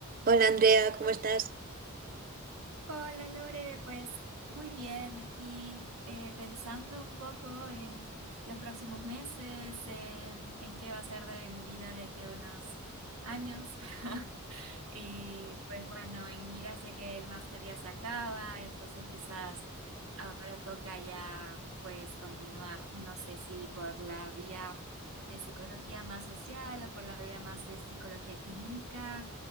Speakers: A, on the right; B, on the right.
A: Hola Andrea, ¿cómo
B: Hola,
A: estás?
B: hola, Lore, pues muy bien, aquí eh, pensando un poco en los próximos meses, en, en qué va a ser de mi vida de aquí a unos años. <laughs> Y pues bueno, en Mira sé que el máster ya se acaba, entonces quizás ahora toca ya pues continuar, no sé si por la vía de psicología más social o por la vía más de psicología clínica.